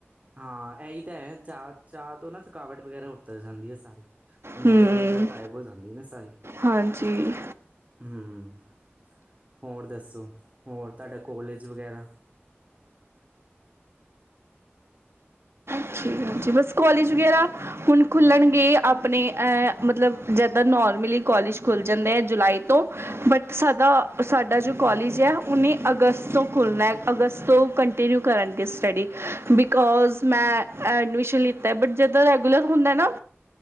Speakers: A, on the right; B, on the right.
A: ਹਾਂ ਐਈ ਤਾਂ ਹੈ ਚਾ, ਚਾ ਤੋਂ ਨਾ ਥਕਾਵਟ ਵਗੈਰਾ ਉੱਤਰ ਜਾਂਦੀ ਐ ਸਾਰੀ। ਨਿੰਦ੍ਰਾ
B: ਹਮ
A: ਵਗੈਰਾ ਗਾਇਬ ਹੋ ਜਾਂਦੀ ਨਾ ਸਾਰੀ।
B: ਹਾਂਜੀ
A: ਹੂੰ ਹੋਰ ਦੱਸੋ? ਹੋਰ ਤੁਹਾਡਾ ਕੋਲੇਜ ਵਗੈਰਾ?
B: ਠੀਕ
A: ਹਮ
B: ਐ ਜੀ ਬਸ। ਕੋਲੇਜ ਵਗੈਰਾ ਹੁਣ ਖੁੱਲ੍ਹਣਗੇ ਆਪਣੇ ਅ ਮਤਲਬ ਜਿੱਦਾਂ ਨੋਰਮਲੀ ਕੋਲਜ ਖੁੱਲ੍ਹ ਜਾਂਦੇ ਐ ਜੁਲਾਈ ਤੋਂ। ਬਟ ਸਾਡਾ ਸਾਡਾ ਜੋ ਕੋਲਜ ਹੈ। ਉੱਨੀ ਅਗਸਤ ਤੋਂ ਖੁੱਲ੍ਹਣਾ ਐ। ਅਗਸਤ ਤੋਂ ਕੰ ਕੰਟੀਨਿਊ ਕਰਾਂਗੇ ਸਟਡੀ ਬਿਕੋਜ਼ ਮੈਂ ਐਡਮਿਸ਼ਨ ਲਿੱਤਾ ਐ। ਬਟ ਜਦੋਂ ਰੈਗੂਲਰ ਹੁੰਦਾ ਨਾ